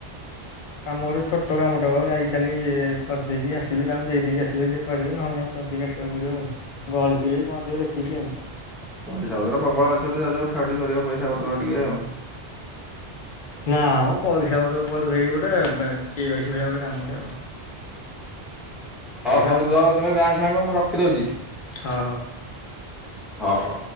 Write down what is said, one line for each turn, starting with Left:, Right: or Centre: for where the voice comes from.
Left: କାମ ଗୋଟ ଛୋଟ କାମଟା ହ ଯାଇ ଖାଲି କରିଦେଇକି ଆସିବି ତାଙ୍କୁ ଦେଇେଇକି ଆସିବେ ସେଏ କରିବେ ନହେଲେ ନାଇଁ କରିିକି ଆସିବାକୁ ପଡିବ ଆଉ ଗଳିଥିବେ କଣଥିବେ ଦେଖିକି ଆଉ।
Centre: ପଇସା ପତ୍ର ପ୍ରବଳ ଅଛି ଯ ଯାଉଠା ଉଠି କରିବା ପଇସା ପତ୍ର ଟିକେ ଆଉ।
Left: ନା ଆମ ପଇସା ପତ୍ର କୁଆଳକୁ ହେଇି ଗୋଟେ କିଏସ ପଇ ଗୋଟେ କାମଟେ ଆଉ।
Centre: ହ
Left: ଏଇ
Centre: ହଉ
Left: ଆମ
Centre: ଯ ତମେ ବ୍ୟାଙ୍କ ଫଙ୍କ ମୁଁ ରଖିଦଉଛି।
Left: ହଁ ହଉ।
Centre: ହଁ ହଁ।